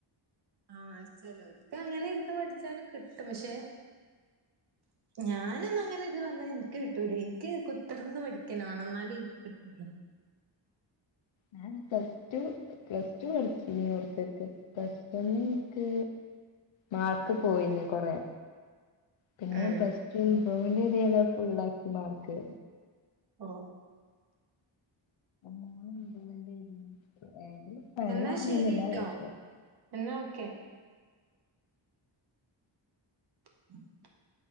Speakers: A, on the right; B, on the left.
A: ആ ചെലോർക്ക് അങ്ങനെ ഇരുന്ന് പഠിച്ചാലും കിട്ടും പക്ഷെ ഞാനൊന്നും അങ്ങനെ ഇരുന്നാൽ എനിക്ക് കിട്ടൂല എനിക്ക്‌ കുത്തിയിരുന്നു പഠിക്കലാണ് എന്നാലെ എനിക്ക് കിട്ടൂള്ളു
B: ഞാൻ പ്ലസ് ടു പ്ലസ് ടു പഠിച്ച <unintelligible> പ്ലസ്റ്റൂന് എനിക്ക് മാർക്ക് പോയീനി കൊറെ പിന്നെയും
A: ഉം
B: പ്ലസ്റ്റു ഒന്നൂടി എഴുതി ഫുള്ളാക്കി മാർക്ക്
A: ഓ
B: മൂന്ന് ഇമ്പ്രൂവ്മെന്റ് എഴുതീന് ഏതിലും ഫെയിലാവുന്നില്ല
A: എന്നാ ശരിട്ടോ
B: പക്ഷെ
A: എന്നാ ഓക്കെ ഉം